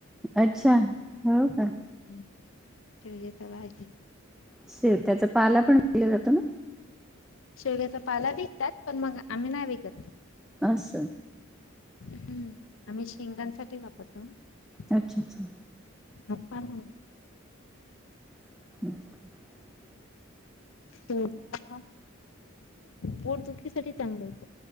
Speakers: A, in the centre; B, on the left (about 70°).
A: अच्छा हो का.
B: हम्म <unintelligible> ठीक आहे त आहे.
A: शेवग्याचा पाला पण विकल्या जातो ना.
B: शेवग्याचा पाला विकतात पण मग आम्ही नाही विकत तो.
A: अस.
B: हम्म आम्ही शेंगानसाठी वापरतो ना.
A: अच्छा अच्छा.
B: आता नाय.
A: <inaudible>
B: तूर डाळ पोटदुखीसाठी चांगलं आहे.